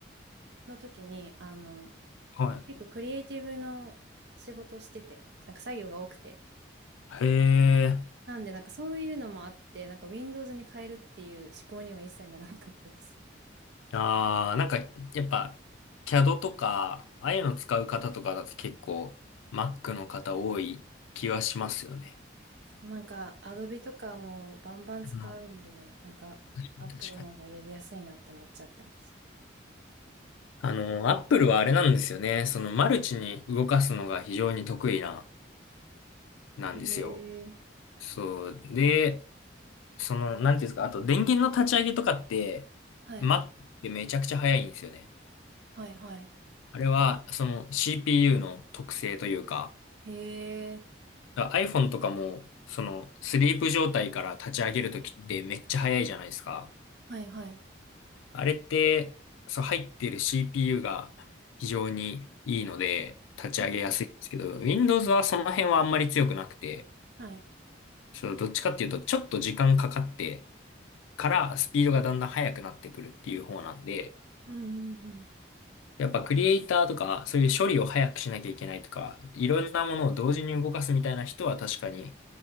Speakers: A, on the right; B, on the left.
A: の時に、あの、
B: はい。
A: 結構クリエイティブの仕事をしてて、なんか作業が多くて。
B: へえ。
A: なんでなんかそういうのもあって、なんか Windows に変えるっていう思考には一切ならなかったです。
B: ああ、なんか、やっぱ、CAD とか、ああいうの使う方とかだと結構、Mac の方多い気はしますよね。
A: そうなんか、アドビとかもバンバン使うんで、
B: うん
A: なんか、
B: 確かに。
A: アップルの方がやりやすいなって思っちゃってます。
B: あの、Apple はあれなんですよね。その、マルチに動かすのが非常に得意な、なんですよ。
A: へえ。
B: そう。で、その、なんていうんですか、あと、電源の立ち上げとかって、
A: はい。
B: Mac ってめちゃくちゃ早いんですよね。
A: はい、はい。
B: あれは、その、CPU の特性というか、
A: へえ。
B: だから iPhone とかも、その、スリープ状態から立ち上げるときってめっちゃ早いじゃないですか。
A: はい、はい。
B: あれって、そう、入っている CPU が非常にいいので、立ち上げやすいんですけど、
A: はい。
B: Windows はその辺はあんまり強くなくて、
A: はい。
B: そう、どっちかっていうと、ちょっと時間かかってからスピードがだんだん速くなってくるっていう方なんで、
A: うん、うん、うん。
B: やっぱクリエイターとか、そういう処理を早くしなきゃいけないとか、いろんなものを同時に動かすみたいな人は確かに